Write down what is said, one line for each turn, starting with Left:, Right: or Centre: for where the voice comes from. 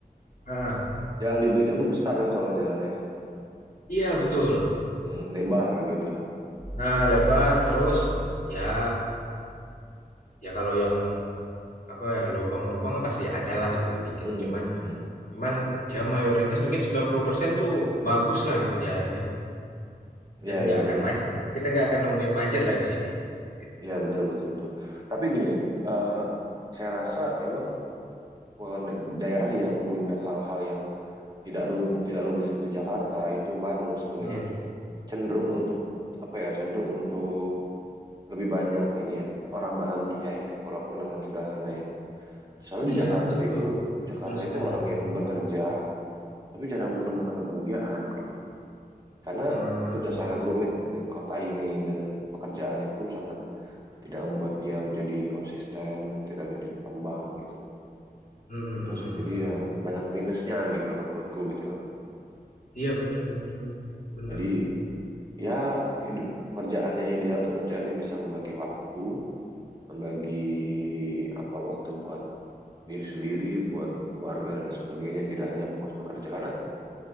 Left: ah,
Right: jalan di Belitung tuh besar kan soalnya jalannya kan
Left: iya betul.
Right: hmm, lebar gitu
Left: Nah lebar terus ya ya kalau yang apa ya lobang-lobang pasti ada lah gitu dikit.
Right: hmm,
Left: Cuman
Right: hmm.
Left: cuman ya mayoritas mungkin 90% tuh bagus lah gitu jalannya
Right: ya
Left: dan nggak
Right: ya
Left: akan
Right: ya
Left: macet. Kita nggak akan nemuin macet lah di sini. Gitu.
Right: Ya, betul betul betul tapi gini eh saya rasa memang pe- daerah yang punya hal-hal yang tidak run tidak rumit seperti Jakarta itu Bandung dan sebagainya
Left: Mmm,
Right: itu cenderung untuk apa ya cenderung untuk lebih banyak ini ya orang bahagia ya walaupun dengan sederhana ya soalnya di
Left: iya
Right: Jakarta
Left: betul,
Right: itu di Jakarta
Left: betul sekali,
Right: itu orang
Left: mhm,
Right: yang bekerja tapi jarang menemukan kebahagiaan gitu loh karena
Left: eee,
Right: sudah sangat rumit di kota ini dan pekerjaannya pun sangat tidak membuat dia menjadi konsisten tidak menjadi berkembang gitu loh
Left: mhm
Right: gitu
Left: mhm.
Right: sih jadi ya banyak minusnya gitu loh kalau menurutku gitu loh
Left: Iya benar benar benar benar.
Right: Jadi ya kehidu- kerjaan yang ideal tuh kerjaan yang bisa membagi waktu, membagi apa waktu buat diri sendiri, buat keluarga dan sebagainya, tidak hanya fokus bekerja karena